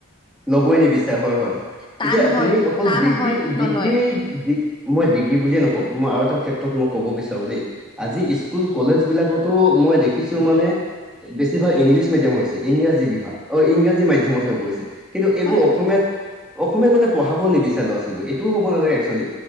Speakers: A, in the centre; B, on the left (about 20°).
A: ল'বই নিবিচাৰে হয় হয়
B: টান
A: এতিয়া
B: হয়
A: তুমি অকল
B: টান
A: ডিগ্ৰী
B: হয় নলয়
A: ডিগ্ৰী মই ডিগ্ৰী বুলিয়ে নকওঁ মই আৰু এটা ক্ষেত্ৰত কব বিচাৰোঁ দেই আজি স্কুল কলেজ বিলাকতো মই দেখিছো মানে বেছিভাগ ইংলিচ মিডিয়াম হৈছে ইংৰাজী বিভাগ অ ইংৰাজী মাধ্যমত হৈ পৰিছে কিন্তু এইবোৰ
B: হয় হয়
A: অসমীয়াত অসমীয়াত মানে পঢ়াব নিবিচাৰে লৰা ছোৱালীবোৰ এইটোও হ'ব নালাগে একচুৱেলি